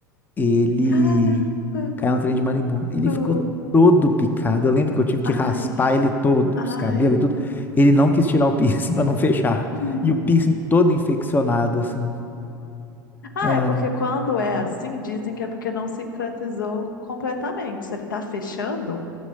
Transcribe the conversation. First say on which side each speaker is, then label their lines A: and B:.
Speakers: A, on the left (about 15°); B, on the left (about 70°).
A: ele
B: Caramba,
A: caiu
B: brincando.
A: no trem de marimbondo. Ele ficou todo picado. Eu lembro que eu tive que
B: Ai,
A: raspar ele todo,
B: ai.
A: os cabelos e tudo. Ele não quis tirar o piercing <laughs> para não fechar.
B: <laughs>
A: E o piercing
B: Hum.
A: todo infeccionado, assim.
B: Ah,
A: Ah,
B: é porque quando é assim, dizem que é porque não cicatrizou completamente. Se ele tá fechando,